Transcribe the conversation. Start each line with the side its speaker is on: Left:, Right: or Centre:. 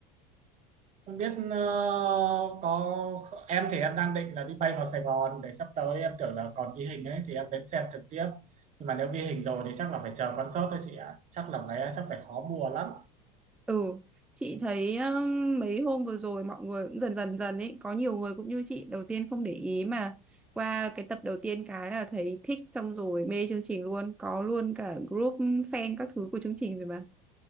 Right: không biết ờ, có em thì em đang định là đi bay vào Sài Gòn để sắp tới em tưởng là còn ghi hình ấy thì em đến xem trực tiếp nhưng mà nếu ghi hình rồi thì chắc là phải chờ concert thôi chị ạ chắc là vé chắc phải khó mua lắm
Centre: Ừ, chị thấy um, mấy hôm vừa rồi mọi người cũng dần dần dần ấy, có nhiều người cũng như chị đầu tiên không để ý mà qua cái tập đầu tiên cái là thấy thích xong rồi mê chương trình luôn, có luôn cả group fan các thứ của chương trình rồi mà.